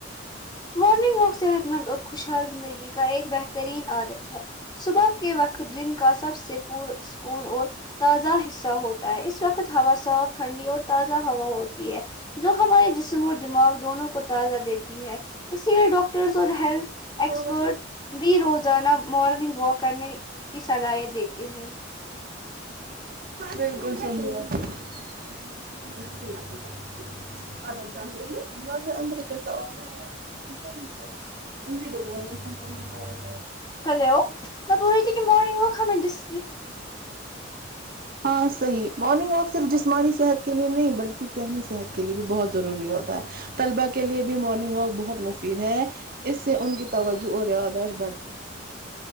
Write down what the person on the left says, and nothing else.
مارننگ واک صحت مند اور خوشحال زندگی کا ایک بہترین عادت ہے صبح کے وقت جن کا سب سے پر سکون اور تازہ حصہ ہوتا ہے اس وقت ہوا صاف ٹھنڈی اور تازہ ہوا ہوتی ہے جو ہمارے جسم اور دماغ دونوں کو تازہ دیتی ہے اسی لیے ڈاکٹرس اور ہیلھ ایکسپرٹ
بھی روزانہ مارننگ واک کرنے کی صلاحیت دیتے ہیں
ہیلو میں بول رہی تھی کے مارننگ واک ہمیں ڈس